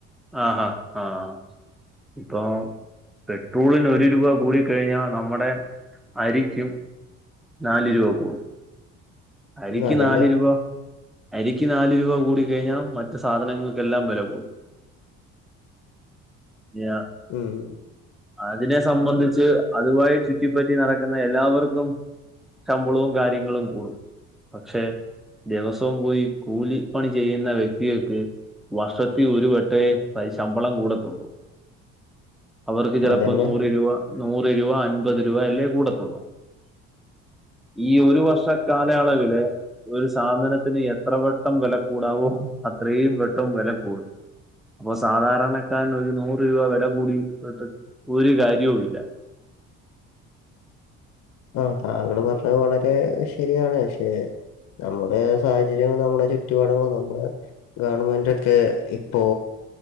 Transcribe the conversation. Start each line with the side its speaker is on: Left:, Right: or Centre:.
Centre: ആഹഹാ് ആഹ് ഇപ്പൊ പെട്രൂളിന് ഒരു രൂപ കൂടി കഴിഞ്ഞാ നമ്മടെ അരിക്കും നാല് രൂപ കൂടും അരിക്ക്
Left: ഉം, അതന്നെ
Centre: നാല് രൂപ അരിക്ക് നാല് രൂപ കൂടി കഴിഞ്ഞാ മറ്റ് സാധനങ്ങൾക്കെല്ലാം വെലകൂടും യാ
Left: ഉം
Centre: അതിനെ സംബന്ധിച്ച് അതുവായി ചുറ്റിപ്പറ്റി നടക്കുന്ന എല്ലാവർക്കും ശമ്പളവും കാര്യങ്ങളും കൂടും പക്ഷെ ദെവസവും പോയി കൂലിപ്പണി ചെയ്യുന്ന വ്യക്തികൾക്ക് വർശെത്തി ഒരു വട്ടവെ ശമ്പളം കൂടത്തൊള്ളൂ അവർക്ക് ചെലപ്പോ
Left: അതന്നെ.
Centre: നൂറ് രൂപ നൂറ് രൂവ അൻപത് രൂവ അല്ലേ കൂടത്തൊള്ളൂ ഈ ഒരു വർഷക്കാല യാളവിലെ ഒരു സാധനത്തിന് എത്ര വെട്ടം വെല കൂടാവോ അത്രയും വെട്ടവും വെല കൂടും അപ്പൊ സാധാരണക്കാരന് ഒരു നൂറ് രൂപ വെല കൂടിയിട്ട് ഒരു കാര്യൊവില്ല
Left: ആഹ താങ്കള് പറഞ്ഞത് വളരെ ശെരിയാണ് പക്ഷേ നമ്മുടെ സാഹചര്യവും നമ്മുടെ ചുറ്റുപാടുകളും നമ്മുടെ ഗവൺമെന്റൊക്കെ ഇപ്പോ